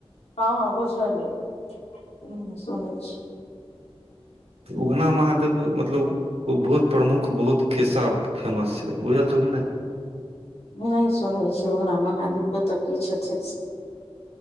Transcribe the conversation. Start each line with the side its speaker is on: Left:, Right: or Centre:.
Left: हाँ हाँ बुझलियै हूँ सुनै छी।
Right: उगना महादेवके मतलब ओ बहुत प्रमुख बहुत खिस्सा फेमस छै बुझल छौ कि नहि।
Left: नहि सुनने छी उगना महादेव कतह की छथिन से।